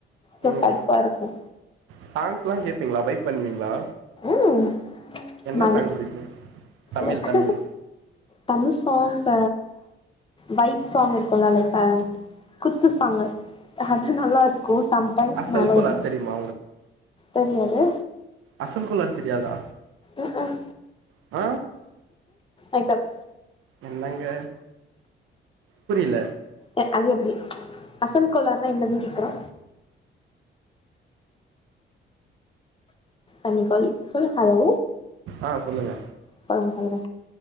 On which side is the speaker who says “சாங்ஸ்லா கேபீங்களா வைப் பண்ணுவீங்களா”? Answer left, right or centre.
Right